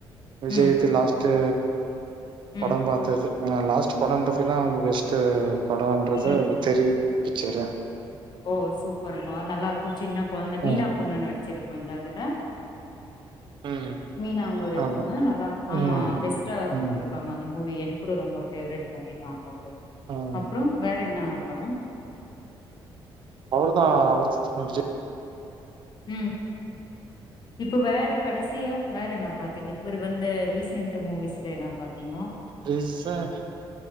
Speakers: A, on the right (about 60°); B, on the left (about 50°).
A: விஜய்து
B: ம்
A: லாஸ்ட்டு
B: ம்
A: படம் பாத்தது ஆ லாஸ்ட் <unintelligible> அவந்து பெஸ்ட்டு படோன்றது
B: ம்
A: தெரி பிச்சுர்றே
B: ஓ சூப்பருங்கோ நல்லா இருக்கோ சின்ன கொழந்த மீனா
A: ம்
B: பொண்ணு ந சிறு பண்றாதுல
A: ம்
B: மீனா அவுங்குளுடைய
A: ஆமா
B: பொண்ணு நல்லா
A: ம்
B: ஆமா பெஸ்ட்டா குடுத்திருக்காங்க
A: ம்
B: அந்த மூவி எனக் கூட ரொம்ப ஃபேவரிட் மூவிதா
A: ம்
B: அப்றோ வேற என்னா படோ
A: அவர்தா அவர <unintelligible> விஜய்
B: ம் இப்ப வேற கடைசியா வேற என்னா பாத்தீங்க இவரு வந்த ரீசென்ட் மூவிஸ்ல என்னா பாத்தீங்கோ
A: ரீசென்